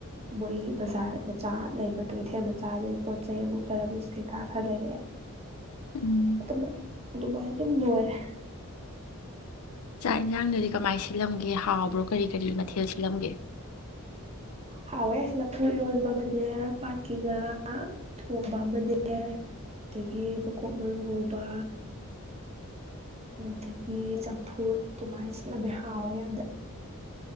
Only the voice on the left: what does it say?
ꯎꯝ
ꯆꯥꯛ ꯌꯦꯟꯁꯥꯡꯗꯨꯗꯤ ꯀꯃꯥꯏ ꯁꯤꯜꯂꯝꯒꯦ ꯍꯥꯎꯕ꯭ꯔꯣ ꯀꯔꯤ ꯀꯔꯤ ꯃꯊꯦꯜ ꯁꯤꯜꯂꯝꯒꯦ